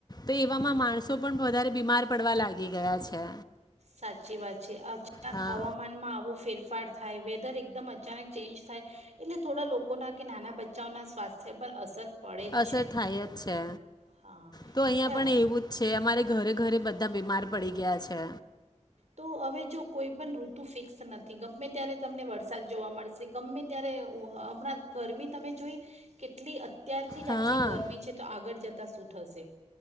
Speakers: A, on the left; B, on the right.
A: તો એવામાં માણસો પણ વધારે બીમાર પડવા લાગી ગયા છે
B: સાચી વાત છે
A: હા
B: ક હવામાનમાં આવો ફેરફ ફેરફાર થાય વેધર એકદમ અચાનક ચેન્જ થાય એટલે થોડા લોકોના કે નાના બચ્ચાઓના સ્વાસ્થ્ય પર અસર પડે જ
A: અસર
B: છે
A: થાય જ છે
B: હા
A: તો અહિયાં પણ એવું જ છે અમારે ઘરે ઘરે બધા બીમાર પડી ગયા છે
B: તો હવે જો કોઈ પણણ ઋતુ ફિક્સ નથી ગમે ત્યારે તમને વરસાદ જોવા મળશે ગમે ત્યારે હમણાં ગરમી તમે જોઈ કેટલી ત્યારથી જ
A: હા
B: આટલી ગરમી છે તો આગળ જતા સુ થશે